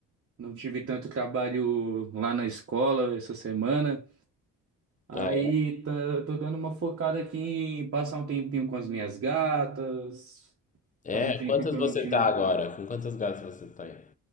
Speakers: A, on the right; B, on the left.
A: Não tive tanto trabalho lá na escola essa semana. Aí
B: Ah,
A: tá- tô dando uma focada aqui em passar um tempinho com as minhas gatas.
B: é?
A: Faz um tempinho
B: É, quantas
A: que
B: você
A: eu não tiro,
B: tá agora? Com quantas gatas você tem?